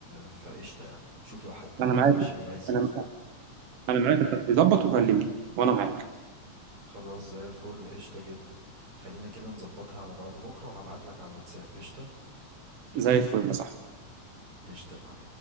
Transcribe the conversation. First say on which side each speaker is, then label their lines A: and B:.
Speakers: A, on the right; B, on the right.
A: فقشطة يعني شوف لو حد برضه
B: انا معاك
A: من الشباب عايز يجي
B: انا انا معاك يا صاحبي ظبط وكلمني وانا معاك
A: خلاص زي الفل قشطة جدا خلينا كده نظبطها على بعد بكرة وهبعتلك على الواتساب قشطة
B: زي الفل يا صاحبي
A: قشطة يا معلم